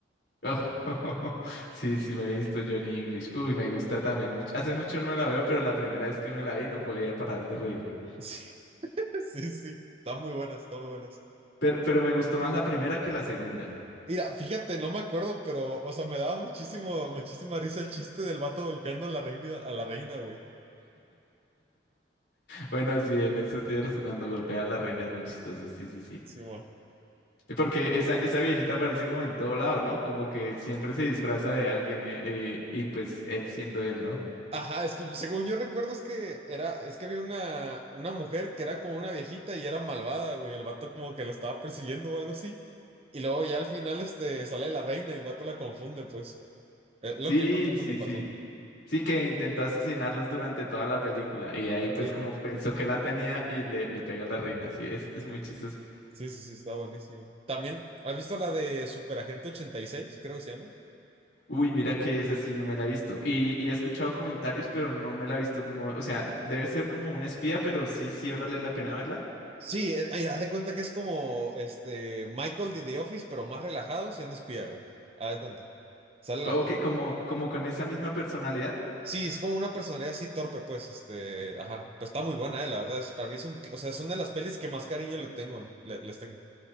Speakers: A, on the left (about 55°); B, on the right (about 30°).
A: Oh, <laughs> sí, sí, me he visto Johnny English. Uy, me gusta también mucho. Hace mucho no me la veo, pero la primera vez que me la vi no podía parar de reírme.
B: <laughs> Sí, sí, sí, están muy buenas, están muy buenas.
A: Pero, pero me gustó más la primera que la segunda.
B: Mira, fíjate, no me acuerdo, pero, o sea, me daba muchísimo, muchísima risa el chiste del vato golpeando a la reina, a la reina, güey.
A: Bueno, sí, en eso tienes razón, Cuando golpea a la reina es muy chistoso, sí, sí, sí.
B: Simón.
A: Y Porque esa, esa viejita aparece como en todo lado, ¿no? Como que siempre se disfraza de alguien eh, eh, y pues él siendo él, ¿no?
B: Ajá, es que según yo recuerdo es que era, es que había una, una mujer que era como una viejita y era malvada, güey. El vato como que la estaba persiguiendo o algo así. Y luego ya al final, este, sale la reina y el vato la confunde, pues. Eh, lo
A: Sí,
B: que yo me acuerdo
A: sí,
B: que pasó.
A: sí. Sí que intentó asesinarlos durante toda la película y ahí pues
B: Sí.
A: como pensó que la tenía y le, le pega a la reina, sí, es, es muy chistoso.
B: Sí, sí, sí, está buenísimo. También, ¿has visto la de Superagente ochenta y seis, Creo que se llama.
A: Uy, mira que esa sí no me la he visto. Y, y he escuchado comentarios, pero no me la he visto como, o sea, debe ser como un espía, pero sí, sí vale la pena verla.
B: Sí, es- ay, haz de cuenta que es como este Michael de The Office, pero más relajado siendo espía, güey. Haz de cuenta. Sale el
A: Ok,
B: actor.
A: como, como con esa misma personalidad.
B: Sí, es como una personalidad así torpe, pues, este, ajá. Pues está muy buena, eh, la verdad. Es, para mí es un, o sea, son de las pelis que más cariño le tengo, ¿no? Le- les tengo.